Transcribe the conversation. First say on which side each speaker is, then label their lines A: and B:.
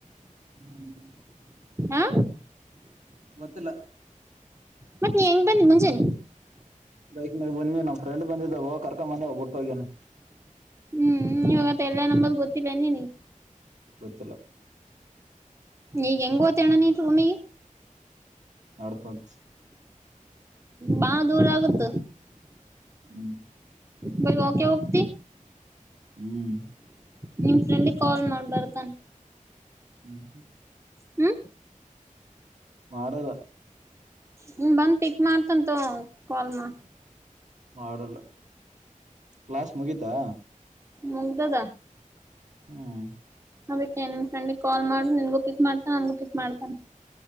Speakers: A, on the right; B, on the right.
A: ಹ್ಮ್
B: ಆ
A: ಗೊತ್ತಿಲ್
B: ಮತ್ ನೀ ಹೆಂಗ್ ಬಂದಿ ಮುಂಜಾನ.
A: ಬೈಕ್ ಮ್ಯಾಲ ಬಂದಿವ ನಾವ್ ಫ್ರೆಂಡ್ ಬಂದಿದ್ದ ಹೋಗ್ ಕರ್ಕ ಬಂದೆ ಬುಟ್ ಹೋಗ್ಯಾನ್
B: ಹ್ಮ್ ಇವಾಗತ್ತ ಎಲ್ಲೆಹನ ಅಂಬದ ಗೊತ್ತಿಲ್ಲ ಎನ್ ನಿನಿಗ್.
A: ಗೊತ್ತಿಲ್ಲ.
B: ಈಗ ಹೆಂಗ ಓತೇಣ್ಣ ನೀ ರೂಮಿಗಿ.
A: ನಡಕೋತ.
B: ಬಾಳ್ ದೂರ ಆಗುತ್ತ.
A: ಹ್ಮ್
B: ಬೈ ವಾಕೆ ಹೋಗ್ತಿ.
A: ಹ್ಮ್
B: ನಿಮ್ ಫ್ರೆಂಡಿಗ ಕಾಲ್ ಮಾಡ್ ಬರತಾನ್.
A: ಹ್ಮ್ ಹ್ಮ
B: ಹ್ಮ
A: ಮಾಡಲ್.
B: ಹ್ಮ ಬಂದ್ ಪಿಕ್ ಮಾಡ್ತಂತೊ ಅಂವ ಕಾಲ್ ಮಾ
A: ಮಾಡಲ್. ಕ್ಲಾಸ್ ಮುಗೀತಾ.
B: ಮುಗ್ದದ.
A: ಹ್ಮ್
B: ಅದೀಕ್ಕೆ ನಿನ್ ಫ್ರೆಂಡಿಗ ಕಾಲ್ ಮಾಡು ನಿನ್ಗೂ ಪಿಕ್ ಮಾಡ್ತಾನ ನನ್ಗೂ ಪಿಕ್ ಮಾಡ್ತಾನ.